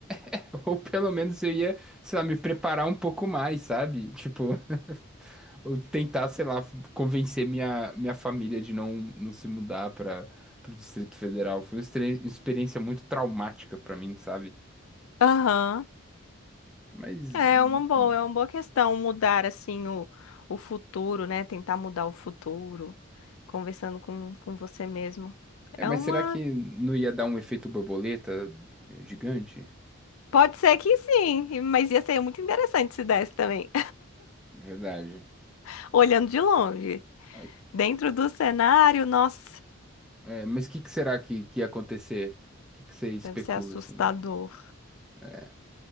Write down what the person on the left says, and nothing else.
<laughs> Aham.
É
uma boa, é uma boa questão mudar assim o, o futuro, né? Tentar mudar o futuro, conversando com, com você mesmo.
É
uma
Pode ser que sim, mas ia ser muito interessante se desse também,
<laughs> olhando de longe.
Dentro do cenário, nossa,
deve ser assustador.